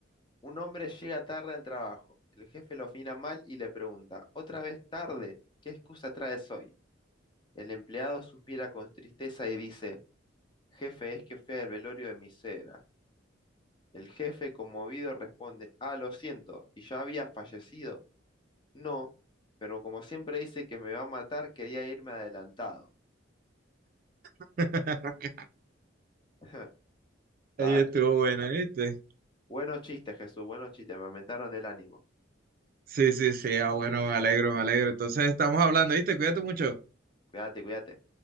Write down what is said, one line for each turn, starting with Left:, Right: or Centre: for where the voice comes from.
Left: Un hombre llega tarde al trabajo. El jefe lo mira mal y le pregunta, ¿Otra vez tarde? ¿Qué excusa traes hoy? El empleado suspira con tristeza y dice, Jefe, es que fui al velorio de mi suegra. El jefe, conmovido, responde, Ah, lo siento, ¿y ya había fallecido? No, pero como siempre dice que me va a matar, quería irme adelantado.
Right: <laughs>
Left: <laughs> La
Right: Ahí estuvo
Left: verdad,
Right: buena, ¿viste?
Left: buenos chistes, Jesús, buenos chistes, me aumentaron el ánimo.
Right: Sí, sí, sí, ah, bueno, me alegro, me alegro. Entonces estamos hablando, ¿viste? Cuídate mucho.
Left: Cuídate, cuídate.